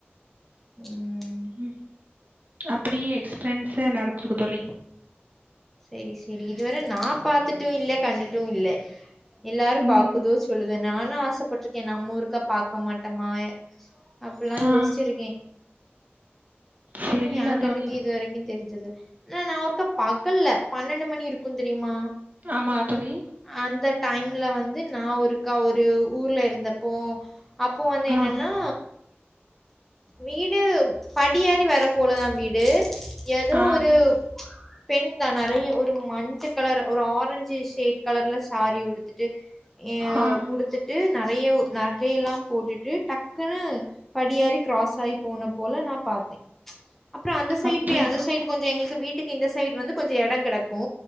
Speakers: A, in the centre; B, on the right.
A: ம்
B: ம் அப்டியே எக்ஸ்பிரன்ஸ நடத்துருக்கு தோழி
A: சேரி சேரி இதுவர நா பாத்துட்டு இல்ல கண்டுட்டு இல்ல எல்லாரு பாக்குது
B: ம்
A: சொல்லுத நானு ஆசைப்பட்ருக்கே நம்ம ஒருக்க பாக்க மாட்டமா அப்புல்லா
B: ஆ
A: யோசிச்சிருக்கே
B: செரிதா
A: ஆனா ஏன்
B: தோழி
A: இது வரைக்கு தெரிஞ்சிது ஆனா நா ஒருக்க பகல்ல பன்னெண்டு மணி இருக்கு தெரிமா
B: ஆமா தோழி
A: அந்த டைம்ல வந்து நா ஒருக்கா ஒரு ஊர்ல இருந்தப்போ அப்போ வந்து என்னன்னா
B: ஆ
A: வீடு படியேரி வர போலதான் வீடு டு ஏதோ
B: ஆ
A: ஒரு பெண்தா நறைய ஒரு மஞ்ச கலர் ஒரு ஆரஞ்சுஸ் சேட் கலர்ல சாரி உடுத்துட்டு எ
B: ஆ
A: உடுத்து ட்டு நறைய ஒ நகையெல்லா போட்டுட்டு டக்குன்னு படியேரி கிராஸ் ஆயி போன போல நா பாத்தேன் அப்புறம் அந்த சைட்
B: அப்டி
A: போய் அந்த சைடு கொஞ்ச எங்களுக்கு வீட்டுக்கு இந்த சைடு் வந்து கொஞ்ச இடங் கெடைக்கு